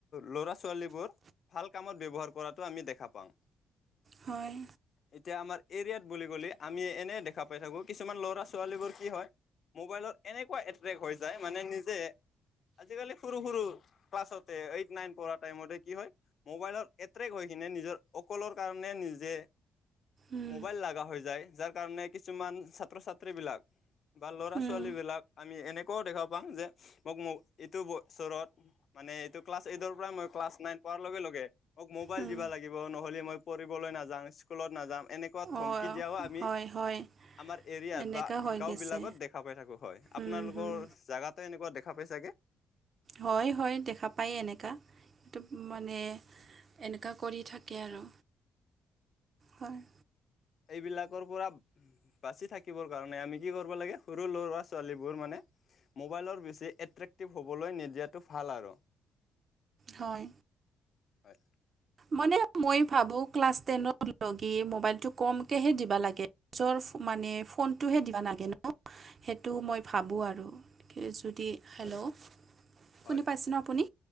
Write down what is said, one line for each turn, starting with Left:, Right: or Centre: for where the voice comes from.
Left: ল'ৰা ছোৱালীবোৰ ভাল কামত ব্যৱহাৰ কৰাটো আমি দেখা পাওঁ।
Right: হয়।
Left: এতিয়া আমাৰ, এৰিয়াত বুলি ক'লে, আমি এনেই দেখা পাই থাকোঁ, কিছুমান ল'ৰা -ছোৱালীবোৰ কি হয় মোবাইলত এনেকুৱা এট্ৰেক্ট হৈ যায়। মানে, নিজে আজিকালি সৰু- সৰু ক্লাছতে, এইট -নাইন পঢ়া টাইমতে কি হয় মোবাইলত এট্ৰেক্ট হৈ কিনে নিজৰ অকলৰ কাৰণে নিজে
Right: উম,
Left: মোবাইল লগা হৈ যায়। যাৰ কাৰণে কিছুমান ছাত্ৰ ছাত্ৰীবিলাক বা ল'ৰা
Right: উম,
Left: ছোৱালী বিলাক আমি এনেকুৱাও দেখা পাওঁ যে মোক <unintelligible> এইটো বছৰত মানে, এইটো ক্লাছ এইটৰ পৰাই, মই ক্লাছ নাইন পোৱাৰ লগে লগে মোক মোবাইল
Right: উম।
Left: দিবা লাগিব? নহ'লে মই পঢ়িবলৈ নাযাওঁ, স্কুলত নাযাওঁ। এনে <unintelligible> ধমকি
Right: অঁ
Left: দিয়াও আমি।
Right: হয় হয়
Left: আমাৰ এৰিয়াত
Right: এনেকা
Left: বা
Right: হৈ
Left: গাঁও
Right: গৈছে
Left: বিলাকত দেখা পাই থাকোঁ। হয়! আপোনালোকৰ
Right: উম, উম।
Left: জেগাত ত' এনেুৱা দেখা পাই ছাগে?
Right: হয়, হয়! দেখা পায় এনেকা। তো মানে এনেকা কৰি থাকে আৰু। হয়
Left: এইবিলাকৰ পৰা বাছি থাকিবৰ কাৰণে, আমি কি কৰিব লাগে? সৰু লৰা -ছোৱালীবোৰ মানে মোবাইলৰ বেছি এট্ৰেক্টিভ হ'বলৈ নিদিয়াটো ভাল আৰু।
Right: হয়!
Left: হয়
Right: মানে, মই ভাবোঁ! ক্লাছ টেনৰ লৈকে মোবাইলটো কমকেহে দিব লাগে। নিজৰ মানে, ফোনটোহে দিব নালাগে ন'! সেইটো মই ভাবোঁ আৰু। এই, যদি হেল্ল'?
Left: হয়
Right: শুনি
Left: হয়
Right: পাইছে
Left: হয়
Right: ন' আপুনি?